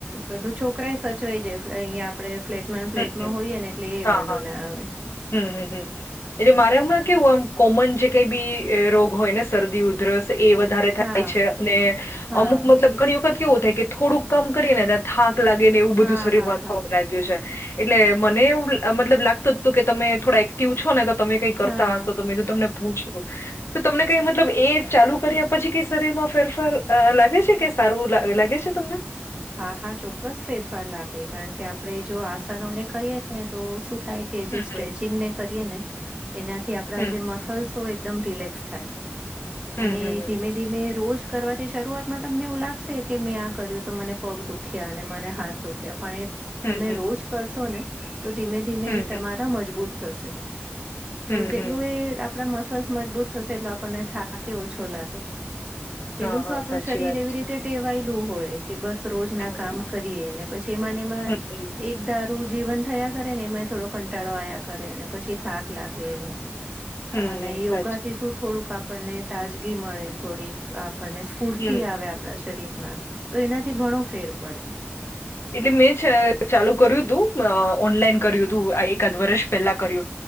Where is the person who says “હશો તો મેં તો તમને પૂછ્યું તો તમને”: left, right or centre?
Left